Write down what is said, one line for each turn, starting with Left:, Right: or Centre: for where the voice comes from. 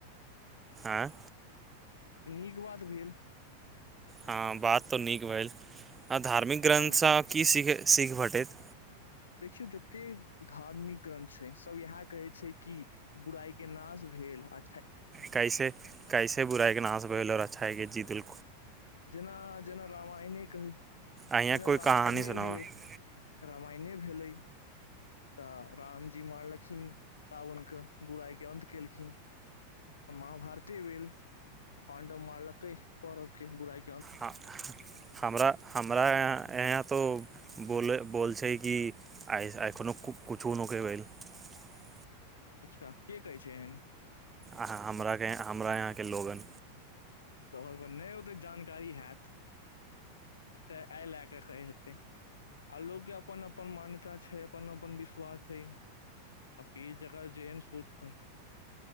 Right: आँय
Left: ई तऽ नीक बात भेल
Right: हँ बात तऽ नीक भेल आ धार्मिक ग्रन्थसँ
Left: हँ
Right: अहाँ की सीखै सीख भटैत
Left: देखियौ जते धार्मिक ग्रन्थ छै सभ इएह कहै छै कि बुराइ के नाश भेल आ
Right: कैसे कैसे बुराइके नाश भेल आओर अच्छाई कें जीत भेल
Left: जेना जेना रामायणे कहै जेना
Right: अहाँ कोइ
Left: रामायणे
Right: कहानी सुनाबऽ
Left: भेलै रामायणे भेलै तऽ रामजी मारलखिन रावणके बुराइके अन्त केलखिन आ महभारते भेल आ पाडव मारलक कै कौरव कें बुराई
Right: हँ हमरा हमरा अंया अंया तो बोले बोल छै <unintelligible> किइ एखनो कुछु न के भेल <unintelligible>
Left: अच्छा के कहै छै एहन
Right: अहाँ हमराके हमरा यहाँ के लोगन
Left: त नहि ओतेक जानकारी हैत तऽ एहि लए कऽ कहै हेतै आ लोकके अपन अपन मान्यता छै अपन अपन विश्वास छै आ फेर जकर जेहन सोच होय